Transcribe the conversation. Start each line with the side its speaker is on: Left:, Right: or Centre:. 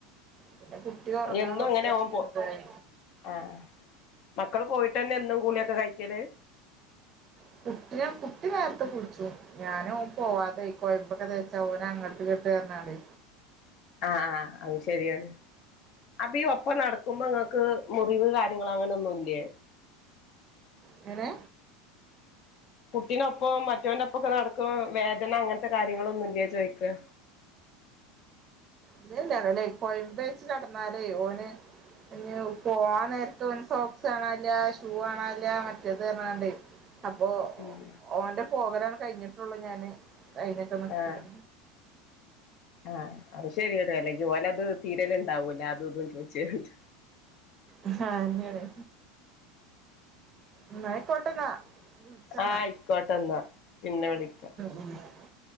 Right: പിന്നെ കുട്ടി ഉറങ്ങാൻ
Left: എന്നും
Right: കുറച്ചേരങ്ങനെതായി.
Left: അങ്ങനെ ഓൻ പോ ആഹ് ആഹ് മക്കള് പോയിട്ടല്ലേ എന്നും കൂളിയൊക്കെ കഴിക്കല്?
Right: <unintelligible> കുട്ടി നേരത്തെ കുളിച്ചു. ഞാൻ ഓൻ പോവാതെ, കൊയമ്പൊക്കെ തേച്ച് ഓന അങ്ങട്ട് ങ്ങട്ട് റഞ്ഞാണ്ടേ.
Left: ആഹ് ആഹ്. അത് ശരിയാണ്. അപ്പ ഈ ഒപ്പം നടക്കുമ്പോങ്ങൾക്ക് മുറിവ് കാര്യങ്ങള് അങ്ങനൊന്നുംല്ലേ?
Right: എങ്ങനെ?
Left: കുട്ടിനൊപ്പം മറ്റോന്റൊപ്പം ഒക്കെ നടക്കണ്, വേദന അങ്ങനത്തെ കാര്യങ്ങളൊന്നുംല്ലേ, ചോയിക്കാ.
Right: ഇല്ലല്ല. അവനെ കൊയമ്പേച്ച് കെടന്നാലേ ഓന്, പിന്നെ പോവാൻ നേരത്ത് ഓന് സോക്സ് കാണാന്ല്ല. ഷൂ കാണാ നില്ല. മറ്റേത് പറഞ്ഞാണ്ടേ, അപ്പോ
Left: ഉം.
Right: ഓന്റെ പോകലാണ് കഴിഞ്ഞിട്ടുള്ളൂ ഞാന്, അയിനൊക്കെ നിക്കല്.
Left: ആഹ് ആഹ് അത് ശരിയാണ് അല്ലെങ്കി ഓലത് തീരല്ണ്ടാവൂല അതുതും ചോയിച്ച്ങ്ങാട്ട്
Right: ആഹ് അയന്നേണ് ന്നാ അയിക്കോട്ടെ ന്നാ വെച്ചോ
Left: ആഹ്
Right: ന്നാ
Left: ആയിക്കോട്ടെ എന്നാ പിന്നെ വിളിക്കാം
Right: ഉം ഉം